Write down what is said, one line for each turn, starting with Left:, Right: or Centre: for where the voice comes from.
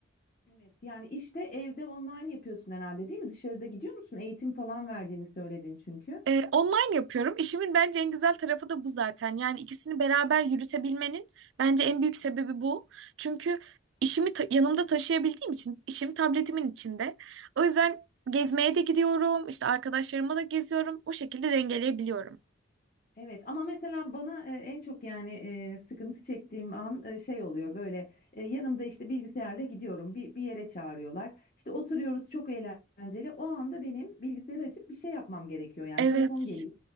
Left: Evet, yani işte evde online yapıyorsun herhalde değil mi? Dışarıda gidiyor musun? Eğitim falan verdiğini söyledin çünkü.
Right: Ee, online yapıyorum. İşimin bence en güzel tarafı da bu zaten. Yani ikisini beraber yürütebilmenin bence en büyük sebebi bu. Çünkü işimi ta- yanımda taşıyabildiğim için işim tabletimin içinde. O yüzden gezmeye de gidiyorum, işte arkadaşlarıma da geziyorum. O şekilde dengeleyebiliyorum.
Left: Evet ama mesela bana e, en çok yani e, sıkıntı çektiğim an e, şey oluyor böyle e, yanımda işte bilgisayarla gidiyorum bir, bir yere çağırıyorlar işte oturuyoruz çok eğlenceli o anda benim bilgisayarı açıp bir şey yapmam gerekiyor yani
Right: Evet.
Left: telefon geliyor.